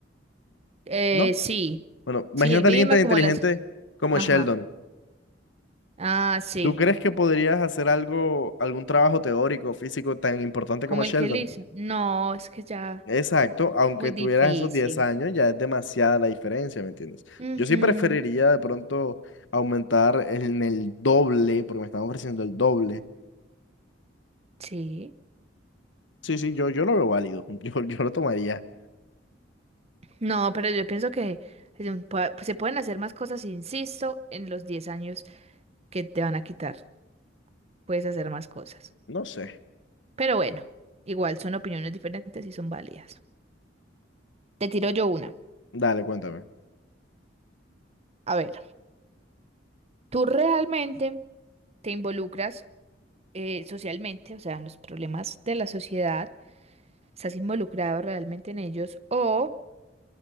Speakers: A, on the right; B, on the left.
A: Eh,
B: ¿No?
A: sí.
B: Bueno, imagínate
A: Sí, el clima
B: a alguien tan inteligente
A: como las...
B: como
A: Ajá.
B: Sheldon.
A: Ah, sí.
B: ¿Tú crees que podrías hacer algo, algún trabajo teórico, físico tan importante
A: Como
B: como Sheldon?
A: el que él hizo. No, es que ya
B: Exacto, aunque
A: muy
B: tuvieras
A: difícil.
B: esos 10 años, ya es demasiada la diferencia, ¿me entiendes?
A: Ujú,
B: Yo sí preferiría de pronto aumentar en el doble, porque me están ofreciendo el doble.
A: Sí.
B: Sí, sí, yo, yo lo veo válido, <laughs> yo, yo lo tomaría.
A: No, pero yo pienso que se puede- se pueden hacer más cosas, insisto, en los 10 años que te van a quitar. Puedes hacer más cosas.
B: No sé.
A: Pero bueno, igual son opiniones diferentes y son válidas. Te tiro yo una.
B: Dale, cuéntame.
A: A ver, ¿tú realmente te involucras eh, socialmente, o sea, en los problemas de la sociedad? ¿Estás involucrado realmente en ellos? O...